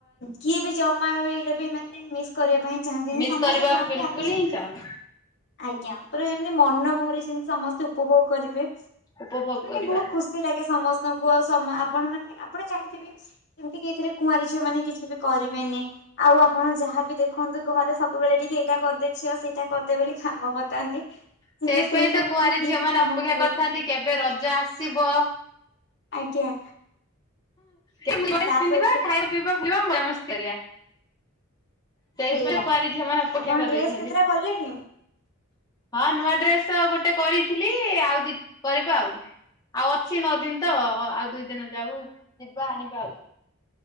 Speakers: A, on the left (about 55°); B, on the left (about 20°).
A: କିଏ ବି ଜମାଇଲେ ବି ମାନେ ମିସ୍ କରିବା ପାଇଁ ଚାହାନ୍ତିନି
B: ମିସ୍
A: ସମସ୍ତେ
B: କରିବାକୁ
A: ଯାଆନ୍ତି
B: ବିଲକୁଲ
A: ଆକୁ ଯେମିତି
B: ହିଁ ଚାହୁଁନା
A: ଆଜ୍ଞା ପୁରା ଯେମିତି ମନ ଭରି ସେମତି ସମସ୍ତେ ଉପଭୋଗ କରିବେ
B: ଉପଭୋଗ
A: ମାନେ
B: କରିବା।
A: ବହୁତ ଖୁସି ଲାଗେ ସମସ୍ତଙ୍କୁ ଆଉ ସମ ଆପଣ ମାନେ ଆପଣ ଜାଣିଥିବେ ଯେମିତି କି ଏଥିରେ କୁଆରୀ ଝିଅମାନେ କିଛି ବି କରିବେନି ଆଉ ଆପଣ ଯାହାବି ଦେ ଦେଖନ୍ତୁ ଘରେ ସବୁବେଳେ ଟିକେ ଏଇଟା କରିଦେ ଝିଅ ସେଇଟା କରିଦେ ବୋଲି କାମ ବତାନ୍ତି କିନ୍ତୁ
B: ସେଇଥିପାଇଁ
A: ସେଇ ସମୟରେ
B: ତ କୁଆଁରୀ
A: କିଏ
B: ଝିଅ
A: ବି
B: ମାନେ
A: କାମ
B: ଅପେକ୍ଷା
A: କରେନି
B: କରିଥାନ୍ତି କେବେ ରଜ ଆସିବ
A: ଆଜ୍ଞା।
B: ହଁ ନୂଆ ଡ଼୍ରେସ୍
A: ତା
B: ପିନ୍ଧିବା
A: ସହିତ
B: ଖାଇବା ପିଇବା ବୁଲିବା ମଜା ମସ୍ତି କରିବା ସେଇଥିପାଇଁ
A: ସେଇଆ
B: କୁଆରୀଁ ଝିଅମାନେ ଅପେକ୍ଷା
A: ଆପଣ
B: କରି
A: ଡ୍ରେସ୍
B: ରହିଥାନ୍ତି
A: କେତେଟା କଲେଣି?
B: ହଁ ନୂଆ ଡ୍ରେସ ତ ଗୋଟେ କରିଥିଲି ଆଉ ଦି କରିବା ଆଉ ଆଉ ଅଛି ନଅ ଦିନ ତ ଆଉ ଦୁଇ ଦିନ ଯାଉ। ଯିବା ଆଣିବା ଆଉ।